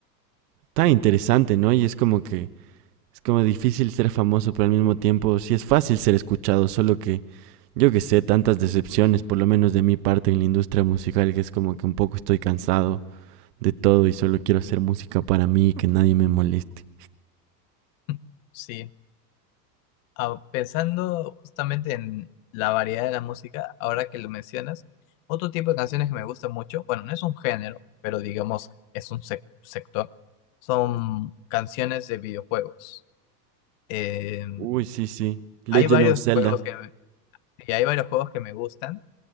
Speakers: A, on the right; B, on the left.
A: tan interesante, ¿no? Y es como que, es como difícil ser famoso, pero al mismo tiempo sí es fácil ser escuchado, solo que, yo que sé, tantas decepciones, por lo menos de mi parte en la industria musical, que es como que un poco estoy cansado de todo y solo quiero hacer música para mí y que nadie me moleste.
B: <laughs> Sí. Ah, pensando justamente en la variedad de la música, ahora que lo mencionas, otro tipo de canciones que me gusta mucho, bueno, no es un género, pero digamos es un sec- sector, son canciones de videojuegos. Eh,
A: Uy, sí, sí. Legend
B: hay varios
A: of Zelda.
B: juegos que me- y hay varios juegos que me gustan